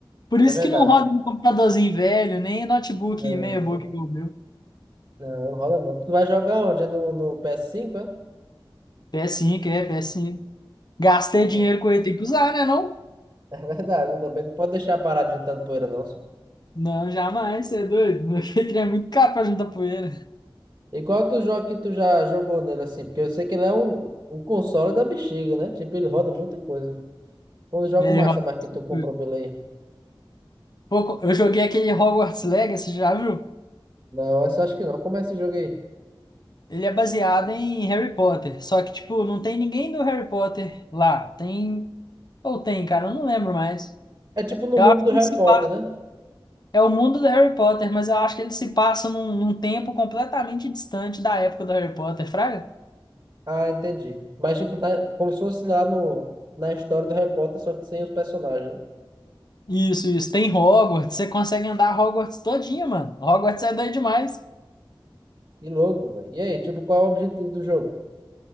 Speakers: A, on the left (about 50°); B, on the right (about 30°).
A: Por isso
B: É verdade.
A: que não roda no computadorzinho velho, nem notebook
B: Não,
A: meia boca igual o meu.
B: não, não rola não. Tu vai jogar onde? É no, no ps cinco é?
A: PS5, é, PS5. Gastei
B: No-
A: dinheiro com ele, tem que usar, né? Não?
B: É verdade, também não pode deixar parado juntando poeira, não.
A: Não, jamais, você é doido. <laughs> Aquele trem é muito caro pra juntar poeira.
B: E qual é outro jogo que tu já jogou nele assim? Porque eu sei que ele é o, o console da bexiga, né? Tipo, ele roda muita coisa. Qual o jogo
A: E aí,
B: massa
A: rola
B: mais
A: bastante
B: que tu comprou
A: coisa.
B: pela aí?
A: Pô, eu joguei aquele Hogwarts Legacy, já viu?
B: Não, essa eu acho que não. Como é esse jogo aí?
A: Ele é baseado em Harry Potter. Só que, tipo, não tem ninguém do Harry Potter lá. Tem. Ou tem, cara, eu não lembro mais.
B: É tipo no
A: Eu
B: mundo
A: acho
B: do
A: que
B: Harry
A: ele se
B: Potter,
A: passa.
B: né?
A: É o mundo do Harry Potter, mas eu acho que ele se passa num, num tempo completamente distante da época do Harry Potter, fraga?
B: Ah, entendi. Mas tipo, tá, como se fosse lá no, na história do Harry Potter, só que sem os personagens, né?
A: Isso, isso. Tem Hogwarts, você consegue andar Hogwarts todinha, mano. Hogwarts é doido demais.
B: Que louco, velho. E aí, tipo, qual é o objetivo do jogo?